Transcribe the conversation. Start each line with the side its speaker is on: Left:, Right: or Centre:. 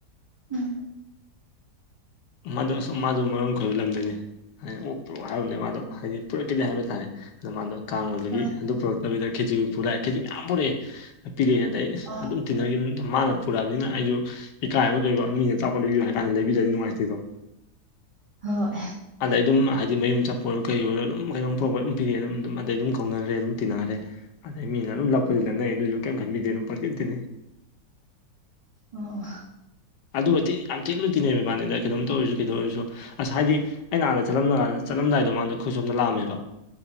Right: ꯎꯝ
Left: ꯃꯥꯗꯣ ꯃꯥꯁꯨ ꯃꯔꯝ ꯈꯣꯏꯕ ꯂꯝꯗꯅꯤ ꯍꯥꯏꯗꯤ ꯑꯣꯛ ꯄꯨꯔꯛꯑꯣ ꯍꯥꯏꯕꯅꯦ ꯃꯥꯗꯣ ꯍꯥꯏꯗꯤ ꯄꯨꯔꯛꯈꯤꯗꯦ ꯍꯥꯏꯕ ꯇꯥꯔꯦ ꯑꯗꯣ ꯃꯥꯗꯣ ꯀꯥꯡ ꯑꯣꯏꯕꯒꯤ
Right: ꯑ
Left: ꯑꯗꯨ ꯄꯨꯔꯛꯇꯕꯤꯗ ꯈꯦꯖꯤ ꯄꯨꯔꯛꯑꯦ ꯈꯦꯖꯤ ꯃꯌꯥꯝ ꯄꯨꯔꯛꯑꯦ ꯄꯤꯔꯛꯑꯦ ꯑꯗꯩ
Right: ꯑ
Left: ꯑꯗꯨꯝ ꯇꯤꯟꯅꯈꯤꯕ ꯃꯥꯅ ꯄꯨꯔꯛꯑꯕꯅꯤꯅ ꯑꯩꯁꯨ ꯏꯀꯥꯏꯕ ꯀꯩꯣ ꯃꯤꯅ ꯆꯞꯄ ꯂꯩꯕꯤꯌꯨ ꯍꯥꯏꯕ ꯀꯥꯟꯗ ꯂꯩꯕꯤꯗꯗꯤ ꯅꯨꯡꯉꯥꯏꯇꯦꯗꯣ
Right: ꯍꯣꯏ
Left: ꯑꯗꯩ ꯑꯗꯨꯝ ꯍꯥꯏꯗꯤ ꯃꯌꯨꯝ ꯆꯠꯄ ꯑꯣꯏꯔꯣ ꯀꯩ ꯑꯣꯏꯔꯣ ꯑꯗꯨꯝ ꯀꯩꯅꯣꯝ ꯄ꯭ꯔꯣꯕꯂꯦꯝ ꯄꯤꯔꯑꯦ ꯑꯗꯨꯝꯗꯩ ꯑꯗꯨꯝ ꯀꯧꯅꯈ꯭ꯔꯦ ꯑꯗꯨꯝ ꯇꯤꯟꯅꯈ꯭ꯔꯦ ꯑꯗꯩ ꯃꯤꯅ ꯑꯗꯨꯝ ꯂꯛꯄꯗꯤ ꯅꯛꯅꯩ ꯑꯗꯨꯁꯨ ꯀꯩꯝ ꯈꯟꯕꯤꯗꯦ ꯑꯗꯨꯝ ꯄꯪꯗꯦꯇꯤꯅꯤ
Right: ꯑꯣ
Left: ꯑꯗꯨꯤ ꯌꯥꯝ ꯇꯤꯛꯂꯨ ꯇꯤꯅꯦꯕ ꯃꯥꯅꯤꯗ ꯀꯩꯅꯣꯝ ꯇꯧꯔꯁꯨ ꯀꯩꯗꯧ ꯑꯣꯏꯔꯁꯨ ꯑꯁ ꯍꯥꯏꯗꯤ ꯑꯩꯅ ꯍꯥꯟꯗ ꯆꯠꯂꯝꯂꯀꯥꯟꯗ ꯆꯠꯂꯝꯗꯥꯏꯗꯣ ꯃꯥꯥꯟꯗ ꯑꯩꯣꯏꯁꯣꯝꯗ ꯂꯥꯛꯑꯝꯃꯦꯕ